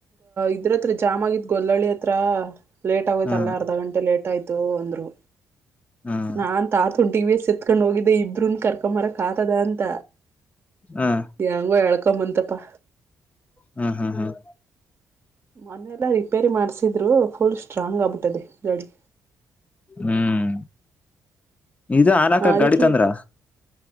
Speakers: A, on the right; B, on the left.
A: ಇದ್ರತ್ರ ಜಾಮ್ ಆಗಿದ್ ಗೊಲ್ಲಳ್ಳಿ ಹತ್ರ. ಲೇಟ್ ಆಗೋಯ್ತ
B: ಹ್ಮ್
A: ಅಲ್ಲೇ ಅರ್ಧ ಗಂಟೆ ಲೇಟ್ ಆಯ್ತು ಅಂದ್ರು.
B: ಹ್ಮ್
A: ನಾನ್ ತಾತುನ್ ಟಿವಿಎಸ್ ಎತ್ಕೊಂಡ್ ಹೋಗಿದ್ದೆ ಇಬ್ರೂನ್ ಕರ್ಕೊಂಬರಕ್ ಆತದ ಅಂತ.
B: ಹ್ಮ್
A: ಹೆಂಗೋ ಎಳ್ಕೊಂಬಂತಪ್ಪ.
B: ಹ್ಮ್ ಹ್ಮ್ ಹ್ಮ್
A: ಮೊನ್ನೆಲ್ಲಾ ರಿಪೇರಿ ಮಾಡ್ಸಿದ್ರು. ಫುಲ್ ಸ್ಟ್ರಾಂಗ್ ಆಗ್ಬಿಟ್ಟದೆ ಗಾಡಿ.
B: ಹ್ಮ್ ಇದ ಹಾಲಕ್
A: ಅದಕ್ಕೆ
B: ಗಾಡಿತಂದ್ರ.